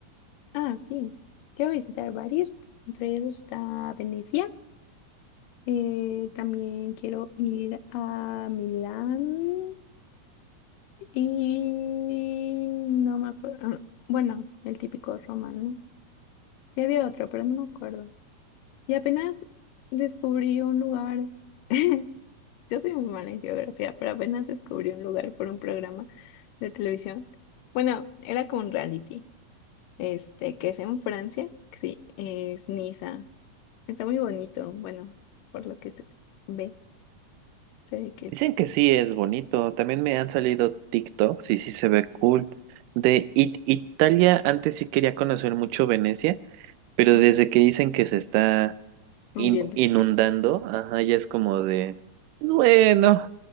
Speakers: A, on the left; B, on the right.
A: Ah, sí. Quiero visitar varios. Entre ellos está Venecia. Eh, también quiero ir a Milán. Y no me acuerdo. Bueno, el típico romano. Y había otro, pero no me acuerdo. Y apenas descubrí un lugar. <laughs> Yo soy muy mala en geografía, pero apenas descubrí un lugar por un programa de televisión. Bueno, era como un reality, este, que es en Francia. que Sí, es Niza. Está muy bonito. Bueno, por lo que se ve, se ve que es
B: Dicen que sí es bonito. También me han salido TikToks y sí se ve cool. De It- Italia, antes sí quería conocer mucho Venecia, pero
A: ujú,
B: desde que dicen que se está
A: hundiendo.
B: in- inundando, ajá, ya es como de, bueno,